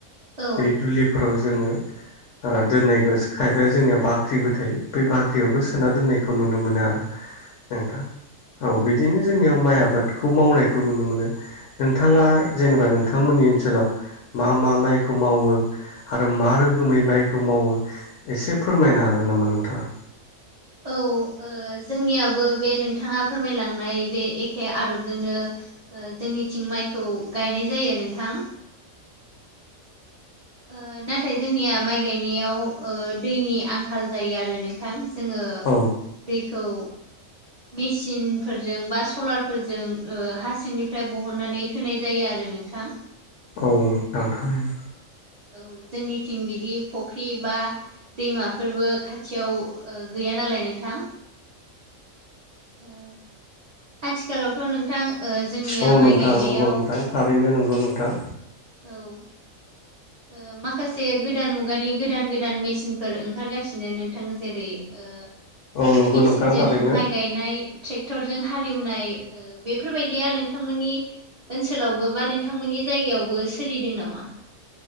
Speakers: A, on the right (about 45°); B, on the left (about 70°).
A: औ
B: बे दुलिफोराव जोंङो ओ दोन्नायखौ खायफाया जोंनिया बाख्रिबो थायो बे बाख्रियावबो सोना दोन्नायखौ नुनो मोनो आरो
A: <inaudible>
B: नोंथां औ बिदिनो जोंनियाव माइ आबादखौ मावनायखौ नुनो मोनो नोंथाङा जेनेबा नोंथांमोननि ओनसोलाव मा मा माइखौ मावो आरो मा रोखोमै माइ खौ मावो एसे फोरमायनो हागोन नामा नोंथाङा
A: औ ओ जोंनियावबो बे नोंथाङा फोरमायलांनाय बे एखे आदबजोंनो ओ जोंनिथिं माइखौ गायनाय जायो नोंथां ओ नाथाय जोंनिया माइ गायनायाव ओ दैनि आंखाल जायो आरो नों थां जोंङो
B: औ
A: दैखौ मेसिनफोरजों बा सलारफोरजों ओ हा सिंनिफ्राय बहननानै होनाय जायो आरो नोंथां
B: औ नोंथां थारैनो
A: औ जोंनिथिं बिदि फुख्रि बा दैमाफोरबो खाथियाव ओ गैया नालाय नोंथां ओ आथिखालावथ' नोंथां ओ जोंनिया
B: औ
A: माइ
B: नोंथां
A: गायनायाव
B: नंगौ नोंथां थारैनो नंगौ नोंथां
A: औ ओ माखासे गोदान मुगानि गोदान गोदान मेसिनफोर ओंखारगासिनो नोंथां जेरै ओ
B: औ नंगौ
A: मेसिनजों
B: नोंथां थारैनो
A: माइ गायनाय ट्रेक्टरजों हालेवनाय ओ बे फोरबायदिया नोंथांमोननि ओनसोलावबो बा नोंथांमोननि जायगायावबो सोलिदों नामा?